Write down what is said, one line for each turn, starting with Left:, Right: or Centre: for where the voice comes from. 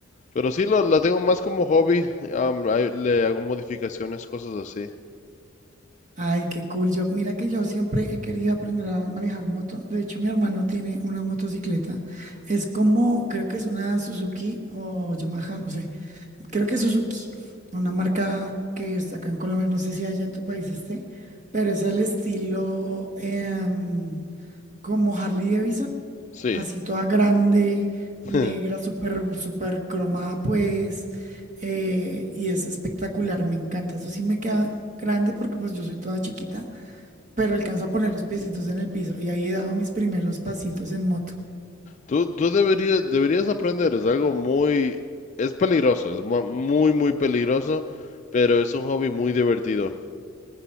Left: Pero sí lo- la tengo más como hobby, am, ahí le hago modificaciones, cosas así.
Right: Ay, qué cool. Yo, mira que yo siempre he querido aprender a manejar moto. De hecho, mi hermano tiene una motocicleta. Es como, creo que es una Suzuki o Yamaha, no sé. Creo que es Suzuki, una marca que está acá en Colombia. No sé si allá en tu país esté, pero es al estilo em, como Harley Davidson,
Left: Sí.
Right: así toda grande, negra,
Left: <laughs>
Right: súper, súper cromada, pues, eh, y es espectacular, me encanta. Eso sí me queda grande porque pues yo soy toda chiquita, pero alcanzo a poner los piecitos en el piso y ahí he dado mis primeros pasitos en moto.
Left: Tú, tú deberías, deberías aprender, es algo muy, es peligroso, es mu- muy, muy peligroso, pero es un hobby muy divertido.